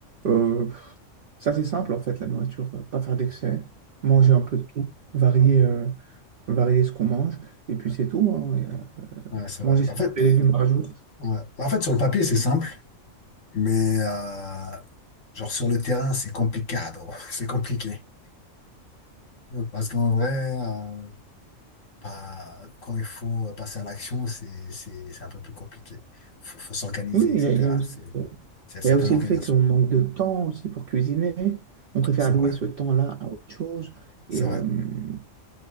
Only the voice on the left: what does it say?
ouais,
ouais,
ouais.
Ouais, c'est vrai.
En fait,
euh,
ouais. Bah, en fait, sur le papier, c'est simple, mais euh, genre sur le terrain, c'est compliqué. <laughs> C'est compliqué. Parce qu'en vrai, euh, bah, quand il faut passer à l'action, c'est c'est- c'est un peu plus compliqué faut, faut s'organiser,
etc.
C'est
certaines
organisations.
C'est
vrai.
C'est
vrai.